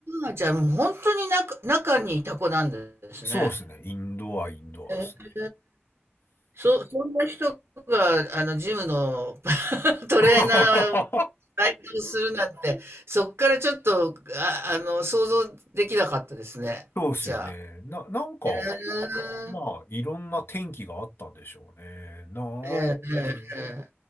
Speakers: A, on the right (about 70°); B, on the left (about 65°).
A: あ、じゃあもう本当に中、中にいた子なんですね。
B: そうですね。インドア、インドアですね。
A: ええそ、そんな人が、あの、ジムの <laughs> トレーナー
B: <laughs>
A: 該当するなんて、そっからちょっと、あ、あの、想像できなかったですね。
B: そうですよね。
A: じゃあ。
B: な、なんか、
A: うーん。
B: まあ、いろんな天気があったんでしょうね。なあ、
A: ええ、
B: うん
A: ええ、え